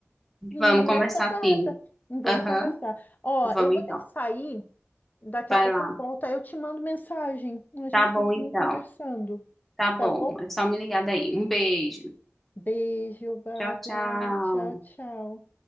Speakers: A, on the left; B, in the centre.
A: nessa
B: Vamos conversar
A: data.
B: sim.
A: Hum, Vamos
B: Aham,
A: conversar. Ó,
B: vamos
A: eu vou
B: então.
A: ter que sair, daqui
B: Vai
A: a pouco
B: lá.
A: eu volto, aí eu te mando mensagem. A gente
B: Tá bom
A: continua
B: então.
A: conversando,
B: Tá bom.
A: tá bom?
B: É só me ligar daí. Um beijo.
A: Beijo, Bárbara.
B: Tchau, tchau.
A: Tchau, tchau.